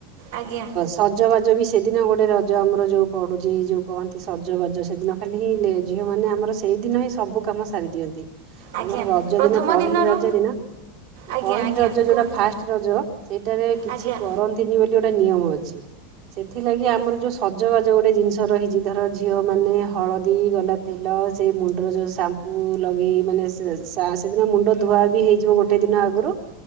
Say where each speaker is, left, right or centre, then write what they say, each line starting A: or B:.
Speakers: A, on the right; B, on the right.
A: ଆଜ୍ଞା
B: ସଜବାଜ ବି ସେଦିନ ଗୋଟେ ରଜ ଆମର ଯୋଉ ପଡୁଚି ଯୋଉ କହନ୍ତି ସଜବାଜ ସେଦିନ ଖାଲି ହିଁ ଝିଅ ମାନେ ଆମର ସେଇଦିନ ହିଁ ସବୁ କାମ ସାରି ଦିଅନ୍ତି
A: ଆଜ୍ଞା
B: ଆମର ରଜ
A: ପ୍ରଥମ
B: ଦିନ ପହିଲି
A: ଦିନରୁ
B: ରଜ ଦିନ
A: ଆଜ୍ଞା
B: ପହିଲି
A: ଆଜ୍ଞା
B: ରଜ
A: କୁହନ୍ତୁ
B: ଯୋଉଟା ଫାଷ୍ଟ ରଜ ସେଇଟାରେ କିଛି
A: ଆଜ୍ଞା
B: କରନ୍ତିନି ବୋଲି ଗୋଟେ ନିୟମ ଅଛି। ସେଥିଲାଗି ଆମର ଯୋଉ ସଜବାଜ ଗୋଟେ ଜିନିଷ ରହିଛି ଧର ଝିଅ ମାନେ ହଳଦୀ ଗଲା ତେଲ ସେ ମୁଣ୍ଡର ଯୋଉ ସାମ୍ପୁ ଲଗେଇ ମାନେ ସେଦିନ ମୁଣ୍ଡ ଧୁଆ ବି ହେଇଯିବ ଗୋଟେ ଗୋଟେ ଦିନ ଆଗୁରୁ